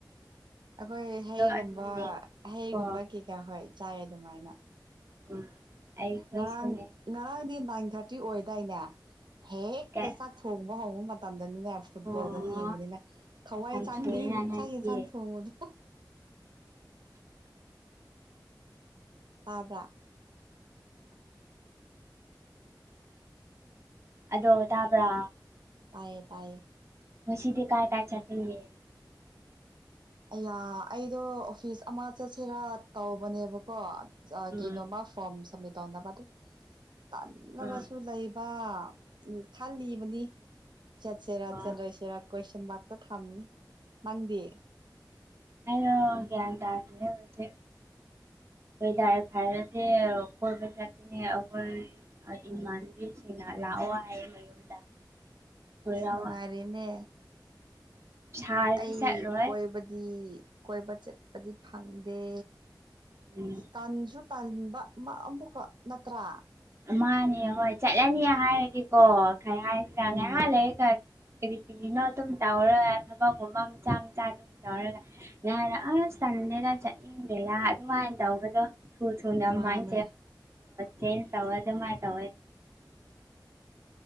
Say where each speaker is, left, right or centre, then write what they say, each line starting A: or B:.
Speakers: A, on the right (about 80°); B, on the right (about 35°).
A: ꯑꯩꯈꯣꯏ ꯍꯩꯒꯨꯝꯕ
B: ꯑꯗꯨꯅꯦ
A: ꯍꯩꯒꯨꯝꯕ
B: ꯀꯣ
A: ꯀꯩꯀꯥ ꯍꯣꯏ ꯆꯥꯏ ꯑꯗꯨꯃꯥꯏꯅ
B: ꯎꯝ ꯑꯩꯈꯣꯏꯁꯨꯅꯦ
A: ꯉꯔꯥꯡ ꯉꯔꯥꯡꯗꯤ ꯅꯥꯏꯟ ꯊꯥꯔꯇꯤ ꯑꯣꯏꯗꯥꯏꯅꯦ ꯍꯦꯛꯇ
B: ꯀꯩ
A: ꯆꯠꯊ ꯊꯣꯡꯕ ꯍꯧꯕ ꯃꯇꯝꯗꯅꯤꯅꯦ ꯐꯨꯠꯕꯣꯜꯒꯗꯤ
B: ꯑꯣ
A: ꯌꯦꯡꯕꯅꯤꯅ ꯊꯋꯥꯏ
B: ꯌꯥꯝ
A: ꯆꯥꯟꯗ
B: ꯊꯨꯏꯌꯦꯅ ꯅꯣꯏꯗꯤ
A: ꯆꯥꯛ ꯌꯦꯟꯁꯥꯡ ꯊꯣꯡꯕꯨꯗꯣ ꯇꯥꯕ꯭ꯔ
B: ꯑꯗꯣ ꯇꯥꯕ꯭ꯔꯥ
A: ꯇꯥꯏꯌꯦ ꯇꯥꯏꯌꯦ
B: ꯉ ꯁꯤꯗꯤ ꯀꯥꯏ ꯀꯥꯏ ꯆꯇꯌꯦ
A: ꯑꯌꯥ ꯑꯩꯗꯣ ꯑꯣꯐꯤꯁ ꯑꯃ ꯆꯠꯁꯤꯔꯥ ꯇꯧꯕꯅꯦꯕꯀꯣ
B: ꯎꯝ
A: ꯀꯩꯅꯣꯃ ꯐꯣꯔꯝ ꯁꯝꯃꯤꯠ ꯇꯧꯅꯕ ꯑꯗꯨꯝ ꯇꯜꯂꯒꯁꯨ
B: ꯎꯝ
A: ꯂꯩꯕ ꯈꯜꯂꯤꯕꯅꯤ ꯆꯠꯁꯤꯦꯔꯥ
B: ꯍꯣꯏ
A: ꯆꯠꯂꯣꯏꯁꯤꯦꯔꯥ ꯀꯣꯏꯁꯟ ꯕꯥꯔꯛꯇ ꯊꯝꯃꯤ ꯅꯪꯗꯤ
B: ꯑꯗꯣ ꯟ ꯇꯥꯇꯦ ꯍꯧꯖꯤꯦ ꯗ ꯐꯥꯏꯔꯗꯤ ꯑꯣꯈꯣꯏ ꯄꯩꯁꯥ ꯀ ꯑꯈ ꯏꯃꯥꯟꯕꯤ ꯑꯁꯤꯅ ꯂꯥꯛꯑꯣ ꯍꯥꯏ ꯃꯟꯗ ꯀꯣꯏꯔꯛꯑꯣ
A: ꯑꯁ ꯅꯨꯡꯉꯥꯏꯔꯦꯅꯦ
B: ꯁꯥꯔꯗꯤ
A: ꯑꯩ
B: ꯆꯠꯂꯣꯏ
A: ꯀꯣꯏꯕꯗꯤ ꯀꯣꯏꯕ ꯆꯠꯄꯗꯤ ꯐꯪꯗꯦ
B: ꯎꯝ
A: ꯇꯥꯟꯁꯨ ꯇꯥꯟꯕ ꯑꯃꯨꯛꯈꯛ ꯅꯠꯇ꯭ꯔꯥ
B: ꯃꯥꯅꯦ ꯍꯣꯏ ꯆꯠꯂꯅꯤ ꯍꯥꯏꯔꯒꯦꯀꯣ ꯈꯩ ꯍꯥꯏꯁꯤꯔ
A: ꯎꯝ
B: ꯉꯥꯏꯍꯥꯟ ꯂꯩ ꯈ ꯀ ꯀꯅꯣ ꯑꯗꯨꯝ ꯇꯧꯔ ꯑꯕ ꯒꯨꯝꯕ ꯃꯆꯥ ꯃꯆꯥ ꯑꯗꯨꯝ ꯇꯧꯔꯒ ꯌꯥꯔ ꯑꯁ ꯇꯟꯗꯦꯅ ꯆꯠꯅꯤꯡꯗꯦꯔꯥ ꯑꯗꯨꯃꯥꯏꯅ ꯇꯧꯕꯗꯣ ꯊꯨ ꯊꯨ ꯅ
A: ꯃꯥꯅꯦ
B: ꯃꯥꯥꯏ ꯆꯦꯟꯖ ꯇꯃꯥꯏ ꯇ